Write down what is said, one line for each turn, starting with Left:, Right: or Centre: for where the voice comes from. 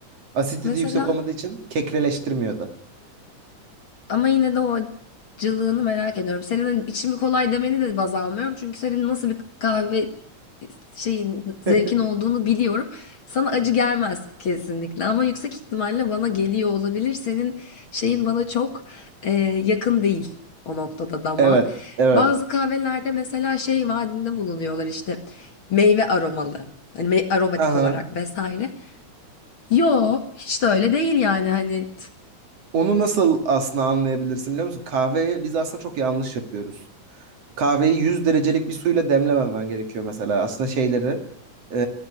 Right: Asidite
Left: Mesela
Right: yüksek olmadığı için kekreleştirmiyordu.
Left: Ama yine de o acılığını merak ediyorum. Senin hani içimi kolay demeni de baz almıyorum. Çünkü senin nasıl bir kahve şeyin
Right: <laughs>
Left: zevkin olduğunu biliyorum. Sana acı gelmez kesinlikle ama yüksek ihtimalle bana geliyor olabilir. Senin şeyin bana çok e, yakın değil o noktada damağın.
Right: Evet, evet.
Left: Bazı kahvelerde mesela şey vaadinde bulunuyorlar işte meyve aromalı. Hani me- aromatik
Right: Ha ha.
Left: olarak vesaire. Yo hiç de öyle değil yani hani
Right: Onu nasıl aslında anlayabilirsin biliyor musun? Kahveyi biz aslında çok yanlış yapıyoruz. Kahveyi 100 derecelik bir suyla demlememen gerekiyor mesela. Aslında şeyleri e,